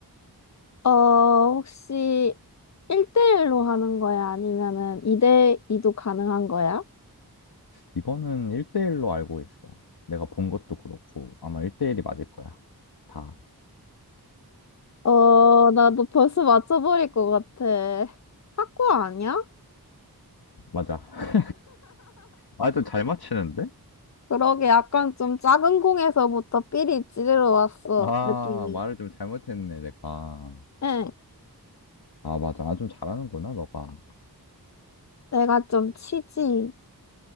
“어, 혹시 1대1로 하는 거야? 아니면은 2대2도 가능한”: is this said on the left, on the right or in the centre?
Left